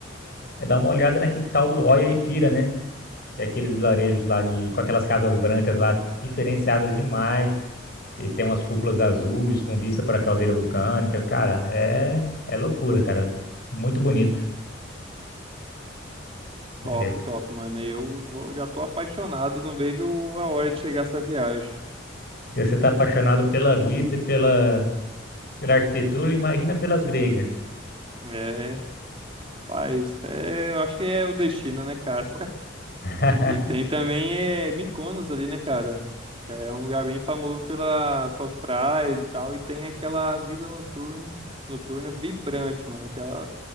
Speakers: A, on the left; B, on the right.
A: É dar uma olhada na que tal do Oia e Fira, né? Que é aqueles vilarejos lá de, com aquelas casas brancas lá diferenciadas demais. E tem umas cúpulas azuis com vista para a caldeira vulcânica. Cara, é, é loucura, cara. Muito bonito.
B: Top,
A: É.
B: top, mano. Eu vou- já tô apaixonado, não vejo a hora de chegar essa viagem.
A: Se você tá apaixonado pela vista e pela, pela arquitetura, imagina pelas gregas.
B: É, paz, é, eu acho que é o destino, né, cara?
A: <laughs>
B: E tem também é, Mykonos ali, né, cara? Que É um lugar bem famoso pelas suas praias e tal. E tem aquela vida noturna, noturna vibrante, mano. Aquela,